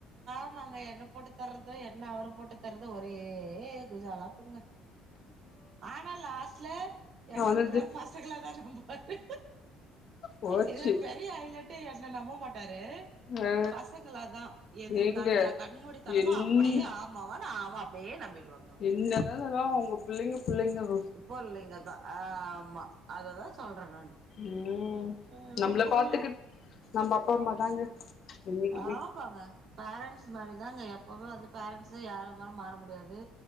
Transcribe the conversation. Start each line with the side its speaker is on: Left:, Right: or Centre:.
Right: ஆமாங்க என்ன போட்டு தர்ரது என்ன அவரு போட்டு தரது ஒரே குஜாலா போங்க ஆனா லாஸ்ட்ல எங்க
Left: அவனது
Right: வீட்டுக்காரு ஃபஸ் பசங்கல தா நம்புவாரு
Left: போச்சு
Right: இதுல பெரிய ஐலட்டு என்ன நம்ப மாட்டாரு
Left: ஆ
Right: பசங்கள தா எது இருந்தாலு
Left: ஏங்க
Right: எ கண்மூடி தனமா
Left: என்ன
Right: அப்பிடே ஆ அம்மாவான்னு அவ அப்டியே நம்பிடுவாங்க அவு
Left: என்ன தா இருந்தாலு உங்க புள்ளெங்க புள்ளெங்க தா
Right: புள்ளெங்க தா ஆ ஆமா அததா சொல்றே நானு
Left: ம்
Right: ஏதோ
Left: நம்மள
Right: போங்க
Left: பாத்துக்கிட் நம்ம அப்பா அம்மா தாங்க என்னைக்குமே
Right: ஆமாங்க பேரண்ட்ஸ் மாரிதாங்க எப்பவு வந்து பேரன்ட்ஸ் யாரம்மாலு மாற முடியாது